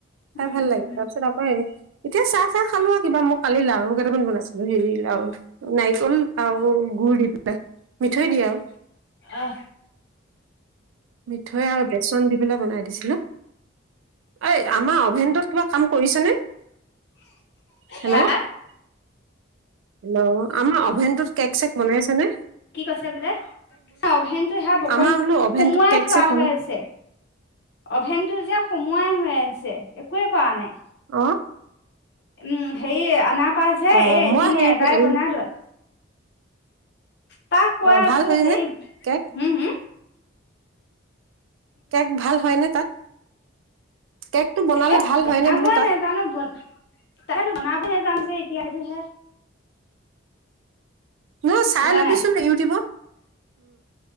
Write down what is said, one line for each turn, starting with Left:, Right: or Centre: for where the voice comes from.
Right: খাই
Left: উম
Right: ভাল
Left: উম
Right: লাগে। তাৰপিছত, আকৌ হেৰি এতিয়া চাহ চাহ খালোঁ আৰু কিবা। মই কালি লাাৰু কেইটামান বনাইছিলোঁ, হেৰি লাৰু, নাৰিকল আৰু গুুৰ দি পেলাই মিঠৈ দিয়া আৰু।
Left: আহ
Right: মিঠৈ আৰু বেচন দি পেলাই বনাই দিছিলোঁ। এই, আমাৰ অভেনটোত কিবা কাম কৰিছেনে? হেল্ল'!
Left: হা হা
Right: হেল্ল'! আমাৰ অভেনটোত কেক চেক বনাইছে নে?
Left: কি কৈছে বোলে! অভেনটো হা অকন
Right: আমাৰ বোলো অভেনটোত
Left: সোমোৱাই
Right: কেক
Left: থোৱা
Right: চেক বনাই
Left: হৈ আছে। অভেনতটো যে সোমোৱাই হৈ আছে একোৱে কৰা নাই।
Right: অ
Left: উম, হেৰি আ আনাপা যে,
Right: অ
Left: এ এদিনে
Right: মই সেই
Left: এবাৰে
Right: হেৰি
Left: বনালোঁ। তাক কৈ
Right: অ
Left: আছোঁ!
Right: ভাল হয়নে
Left: সেই
Right: কেক
Left: হু! হু!
Right: কেক ভাল হয়নে তাত? কেকটো বনালে
Left: এ,
Right: ভাল
Left: বনাবই
Right: হয়নে বোলো তাত
Left: নাজানোঁ। ব তাকে বনাব নেজানোঁ যে এতিয়া, সেইটোহে।
Right: অ'! চাই
Left: বুজা
Right: ল'বিচোন
Left: নাই
Right: ইউটিউবত।